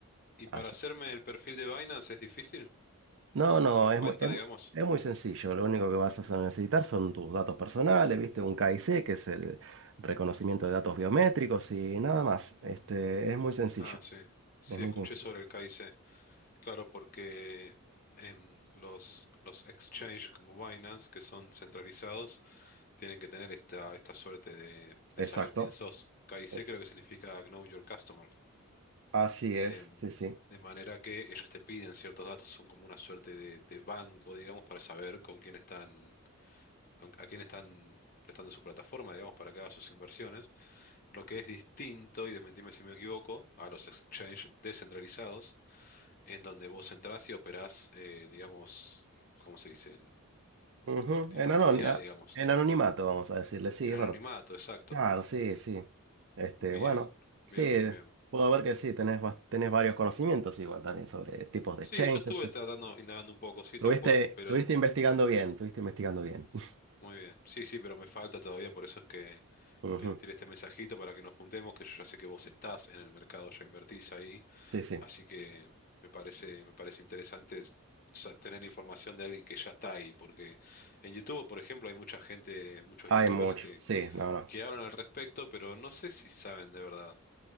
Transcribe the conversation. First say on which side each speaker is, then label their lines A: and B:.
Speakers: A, on the left; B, on the right.
A: ¿Y para
B: así.
A: hacerme el perfil de Binance es difícil?
B: No, no,
A: La
B: es
A: cuenta,
B: muy, es
A: digamos.
B: muy, es muy sencillo. Lo único que vas a necesitar son tus datos personales, ¿viste? Un KIC, que es el reconocimiento de datos biométricos y nada más. Este, es muy sencillo.
A: Ah, sí. Sí,
B: Es muy
A: escuché
B: sencillo.
A: sobre el KIC. Claro, porque em, los, los exchanges como Binance, que son centralizados, tienen que tener esta, esta suerte de, de
B: Exacto.
A: saber quién sos. KIC
B: Es,
A: creo que significa Know Your Customer.
B: así
A: Em,
B: es, sí, sí.
A: de manera que ellos te piden ciertos datos, son como una suerte de, de banco, digamos, para saber con quién están con- a quién están prestando su plataforma, digamos, para que haga sus inversiones, lo que es distinto, y desmentime si me equivoco, a los exchanges descentralizados, en donde vos entrás y operás, eh, digamos, ¿cómo se dice? En,
B: Ujú,
A: en
B: En
A: la oscuridad,
B: anónima-
A: digamos,
B: en anonimato, vamos a decirle, sí,
A: en
B: es
A: anonimato,
B: verdad.
A: exacto.
B: Claro, sí, sí. Este,
A: Bien,
B: bueno,
A: bien,
B: sí,
A: bien, bien.
B: puedo ver que sí, tenés, bas- tenés varios conocimientos igual también sobre tipos de
A: Sí,
B: exchange.
A: yo estuve
B: Este.
A: tratando, indagando un poco, sí,
B: Estuviste,
A: tal cual, pero
B: estuviste investigando bien, estuviste investigando bien. <laughs>
A: muy bien. Sí, sí, pero me falta todavía, por eso es que,
B: Ujú,
A: que te tiré este mensajito para que nos juntemos, que yo ya sé que vos estás en el mercado, ya invertís ahí
B: Sí, sí.
A: Así que me parece, me parece interesante s- sa- tener información de alguien que ya está ahí, porque en YouTube, por ejemplo, hay mucha gente, muchos
B: Hay
A: YouTubers
B: mucho,
A: que,
B: sí, no, no.
A: que hablan al respecto, pero no sé si saben de verdad.